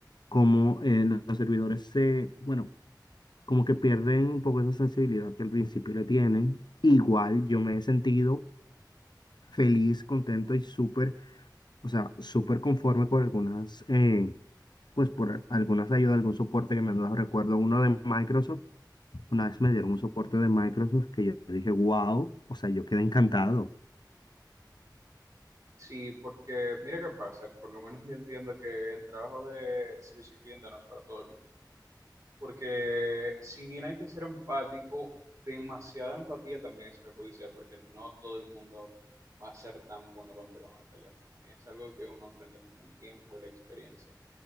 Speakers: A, on the left; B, on the right.
A: como eh, los servidores se, bueno, como que pierden un poco esa sensibilidad que al principio le tienen. Igual yo me he sentido feliz, contento y súper, o sea, súper conforme con algunas, eh, pues por algunas ayudas, algún soporte que me han dado. Recuerdo uno de Microsoft,
B: ujú.
A: una vez me dieron un soporte de Microsoft que yo dije, wow, o sea, yo quedé encantado.
B: Sí, porque mira qué pasa, por lo menos yo entiendo que el trabajo de servicio al cliente no es para todo el mundo. Porque si bien hay que ser empático, demasiada empatía también es perjudicial, porque no todo el mundo va a ser tan bueno contigo en el teléfono. Y es algo que uno aprende con el tiempo y la experiencia.